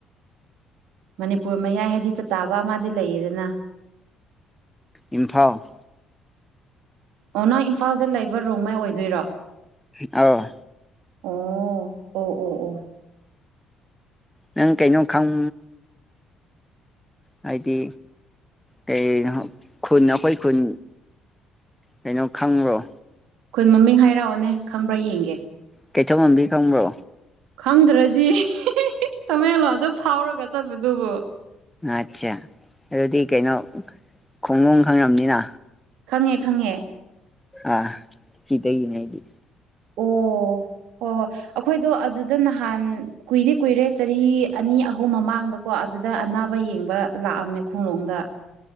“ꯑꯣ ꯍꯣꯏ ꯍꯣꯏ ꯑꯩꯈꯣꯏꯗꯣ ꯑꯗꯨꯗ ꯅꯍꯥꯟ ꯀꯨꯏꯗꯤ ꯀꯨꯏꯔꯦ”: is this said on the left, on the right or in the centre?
Right